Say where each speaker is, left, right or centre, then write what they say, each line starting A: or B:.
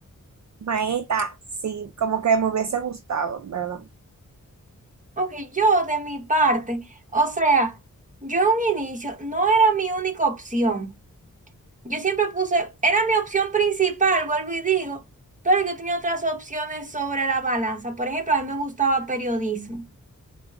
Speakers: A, on the right (about 60°); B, on the right (about 25°).
A: Maestra, sí, como que me hubiese gustado, ¿verdad?
B: Ok, yo de mi parte, o sea, yo en un inicio no era mi única opción. Yo siempre puse, era mi opción principal, vuelvo y digo, pero yo tenía otras opciones sobre la balanza. Por ejemplo, a mí me gustaba periodismo,